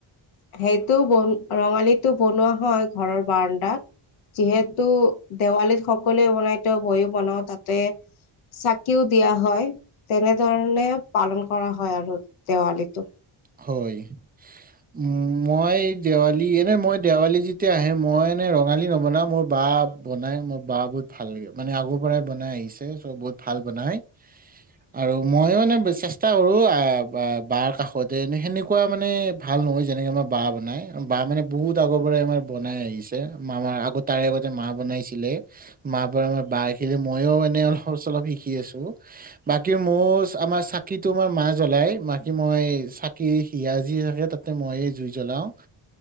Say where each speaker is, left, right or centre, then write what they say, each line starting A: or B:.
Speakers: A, on the left (about 80°); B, on the right (about 20°).
A: সেইটো বন ৰঙালীটো বনোৱা হয় ঘৰৰ বাৰাণ্ডাত যিহেতু দেৱালীৰ সকলোৱে বনাই থ বৈো বনাও তাতে চাকিও দিয়া হয় তেনেধৰণে পালন কৰা হয় আৰু দেৱালীটো
B: হয় উ মই দেৱালী এনে মই দেৱালী যেতিয়া আহে মই এনে ৰঙালী নবনাও মোৰ বা বনাই মোৰ বা বহুত ভাল লাগে মানে আগৰ পৰাই বনাই আহিছে চ' বহুত ভাল বনাই আৰু মই মানে চেষ্টা কৰো বাৰ কাষ তে এ সেনেকুৱা মানে ভাল নহয় যেনেকে আমাৰ বা বনাই বা মানে বহুত আগৰ পৰা আমাৰ বনাই আহিছে মাৰ আগত তাৰে আগতে মা বনাইছিলে মা ব আমাৰ বা শিকিলে মইও মনেে অলপ চলপ শিকি আছো বাকী মোৰ আমাৰ চাকিতো আমাৰ মা জ্বলাই মাকি মই চাকি হিয়া যি থাকে তাতে মই জুই জ্বলাও